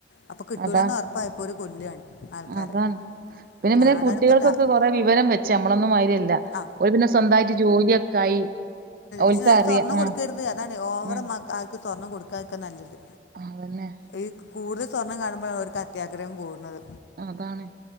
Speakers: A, on the left; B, on the right.
A: അപ്പൊ കിട്ടൂലന്ന്
B: അതാ
A: ഉറപ്പായപ്പോ ഒരു കൊല്ലാണ് ആൾക്കാരെ
B: അതാണ്. പിന്നെ പിന്നെ
A: ആ അതാണ്
B: കുട്ടികൾക്കൊക്കെ
A: ഇപ്പോഴത്തെ
B: കൊറെേ വിവരം വെച്ച നമ്മളൊന്നും മാരിയല്ല
A: ആ
B: ഒരു പിന്നെ സ്വന്തമായിട്ട് ജോലിയൊക്കെ ആയി ഓൽക്ക്
A: ക്ഷെ അല്
B: അറിയ
A: സ്വർണ്ണം
B: ആഹ്
A: കൊടുക്കരുത് അതാണ് ഓവറ
B: ആഹ്
A: ആൾക്ക് സ്വർണ്ണം കൊടുക്ക ഒക്കെ നല്ലത്
B: ആതന്നെ
A: ഈ കൂടുതൽ സ്വർണം കാണുമ്പോഴാണ് അവർക്ക് അത്യാഗ്രഹം കൂടുന്നത്,
B: അതാണ്